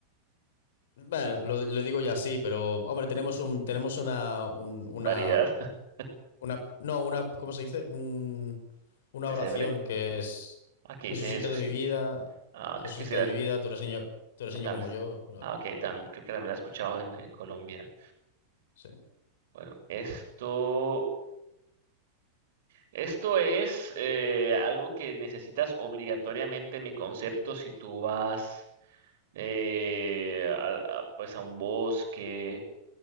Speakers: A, on the left; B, on the right.
A: Bueno, lo, lo digo ya así, pero hombre, tenemos un, tenemos una, un-
B: Variedad,
A: una,
B: <laughs>
A: una, no, una, ¿cómo se dice? Un, una
B: pesebre.
A: oración que es
B: Aquí
A: Jesucito
B: dice Jesucito.
A: de mi vida,
B: Ah,
A: Jesucito
B: creo que sí la.
A: de mi vida, tú eres niño, tú eres
B: ah,
A: niño
B: tam-
A: como yo, bla,
B: ah,
A: bla,
B: ok,
A: bla, bla.
B: tam-
A: bla.
B: creo que también la he escuchado en, en Colombia.
A: Sí.
B: Bueno, esto. Esto es eh, algo que necesitas obligatoriamente mi concepto si tú vas. eh, al- a- pues a un bosque.